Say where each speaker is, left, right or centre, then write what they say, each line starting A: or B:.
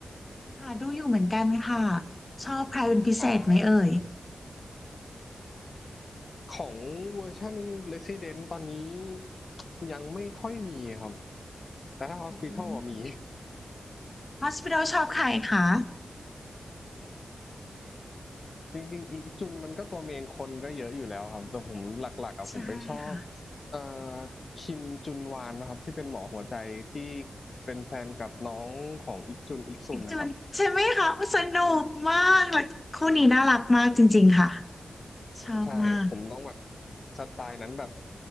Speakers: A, on the left; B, on the left.
A: ค่ะดูอยู่เหมือนกันค่ะชอบใครเป็นพิเศษไหมเอ่ย
B: อ่าของเวอร์ชัน Resident ตอนนี้ยังไม่ค่อยมีครับแต่ถ้า Hospital
A: อืม
B: อะมี
A: Hospital ชอบใครคะ
B: จริงๆอีกจุนมันก็ตัวเมนคนก็เยอะอยู่แล้วครับแต่ผมหลักๆอะผมไปชอบ
A: ใช่ค่ะ
B: เอ่อคิมจุนวานนะครับที่เป็นหมอหัวใจที่เป็นแฟนกับน้องของอีกจุนอีกซุนนะครับ
A: อีกจนใช่ไหมคะอุ๊ยสนุกมากและคู่นี้น่ารักมากจริงๆค่ะชอบมาก
B: ใช่ผมต้องแบบสไตล์นั้นแบบ